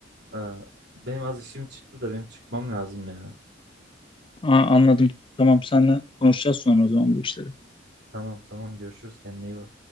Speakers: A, on the right; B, on the left.
A: Eee, benim az işim çıktı da benim çıkmam lazım ya.
B: Aa, anladım. Tamam seninle konuşacağız sonra o zaman bu işleri.
A: Tamam tamam görüşürüz kendine iyi bak.